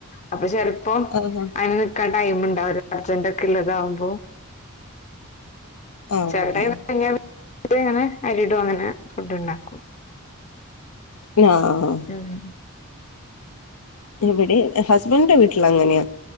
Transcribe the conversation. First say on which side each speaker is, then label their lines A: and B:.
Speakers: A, on the left; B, on the left.
A: അപ്പൊ ചെർ അപ്പൊ
B: ആഹ്
A: അയിന് നിക്കാൻ ടൈം ഇണ്ടാവില്ല അർജന്റ് ഇള്ളതാവുമ്പോ
B: ആഹ്
A: ച്ചെലടൈമില് അങ്ങനെ ന്നെ <inaudible> അരിടും അങ്ങനെ ഫുഡ് ണ്ടാക്കും
B: ആ ആഹ്
A: ഉം
B: എവിടിം ഹസ്ബെന്റെ വീട്ടിൽ അങ്ങനെയാ